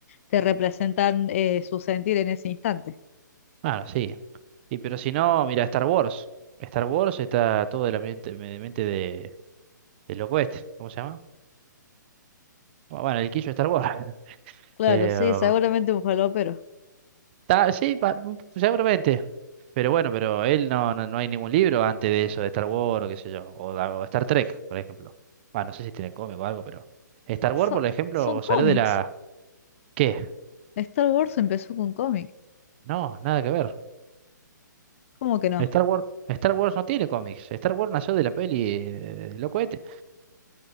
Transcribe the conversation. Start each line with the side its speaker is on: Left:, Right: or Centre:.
Left: que representan eh, su sentir en ese instante.
Right: bueno, sí. Y pero si no, mira, Star Wars. Star Wars está todo de la mente, de mente de, del loco este, ¿cómo se llama? Bueno, el quiso Star Wars. <laughs>
Left: Claro,
Right: Pero,
Left: sí, seguramente un falopero.
Right: ta- sí, pa- seguramente. Pero bueno, pero él no, no, no hay ningún libro antes de eso, de Star Wars, o qué sé yo, o, de- o Star Trek, por ejemplo. Bueno, no sé si tienen cómic o algo, pero Star Wars,
Left: So-
Right: por ejemplo,
Left: son cómics.
Right: salió de la... ¿Qué?
Left: Star Wars empezó con cómic.
Right: No, nada que ver.
Left: ¿Cómo que no?
Right: Star Wars, Star Wars no tiene cómics. Star Wars nació de la peli eh, de los cohetes.